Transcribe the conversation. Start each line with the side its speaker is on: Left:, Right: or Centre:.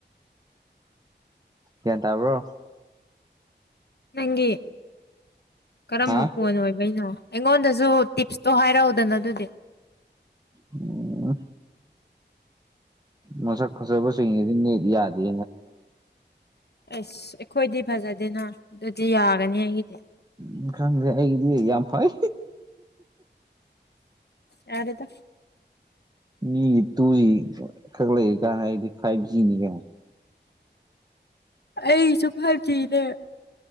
Right: ꯒꯉꯥ꯭ꯟ ꯇꯕ꯭ꯔꯣ
Left: ꯅꯪꯒꯤ ꯀꯔꯝꯕ
Right: ꯍꯥ
Left: ꯐꯣꯟ ꯑꯣꯏꯕꯩꯅꯣ ꯑꯩꯉꯣꯟꯗꯁꯨ ꯇꯤꯞꯁꯇꯣ ꯍꯥꯏꯔꯛꯎꯗꯅ ꯑꯗꯨꯗꯤ
Right: ꯎꯝ ꯃꯁꯛ ꯐꯖꯕꯁꯤꯡ ꯌꯦꯡꯅꯤꯡꯉꯤ ꯅꯦꯠ ꯌꯥꯗꯦ
Left: ꯑꯁ ꯑꯩꯈꯣꯏꯗꯤ ꯐꯖꯗꯦꯅ ꯑꯗꯨꯗꯤ ꯌꯥꯒꯅꯤ ꯑꯩꯒꯤꯗꯤ
Right: ꯎꯝ ꯈꯪꯗꯦ ꯑꯩꯒꯤꯗꯤ ꯌꯥꯝ ꯐꯩ
Left: ꯌꯥꯔꯦꯗ
Right: ꯃꯤꯒꯤ ꯇꯨ ꯖꯤ ꯈꯛ ꯂꯩꯔꯤ ꯀꯥꯟꯅ ꯑꯩꯗꯤ ꯐꯥꯏꯚ ꯖꯤꯅꯤ ꯀꯩꯅꯣ
Left: ꯑꯩꯁꯨ ꯐꯥꯢꯚꯖꯤꯅꯦ